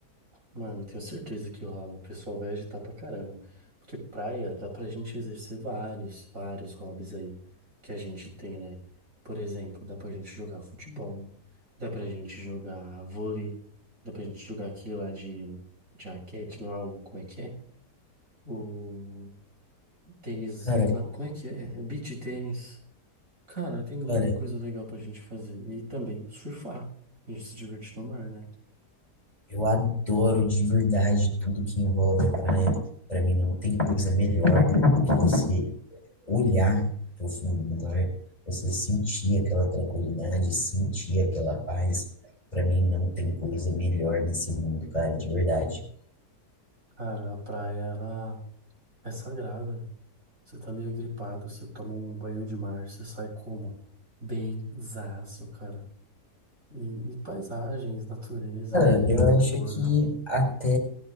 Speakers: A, on the right (about 55°); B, on the left (about 25°).
A: Mano, eu tenho certeza que rola. O pessoal vai agitar pra caramba. Porque praia dá pra gente exercer vários, vários hobbies aí que a gente tem, né? Por exemplo, dá pra gente jogar futebol, dá pra gente jogar vôlei, dá pra gente jogar aquele lá de, de raquete, não é o, como é que é? O tênis,
B: Cara,
A: lá- como é que é? É Beach tênis. Cara, tem muita
B: cara.
A: coisa legal pra gente fazer. E também surfar. A gente se divertir no mar, né?
B: Eu adoro de verdade tudo que envolve a praia. Para mim não tem coisa melhor do que você olhar para fundo do mar, você sentir aquela tranquilidade, sentir aquela paz. Para mim não tem coisa melhor nesse mundo, cara, de verdade.
A: Cara, a praia, ela é sagrada. Você tá meio gripado, você toma um banho de mar, você sai como? Bem zaço, cara. E, e paisagens, natureza,
B: Cara,
A: a vida
B: eu
A: é muito
B: acho
A: boa,
B: que
A: cara.
B: até,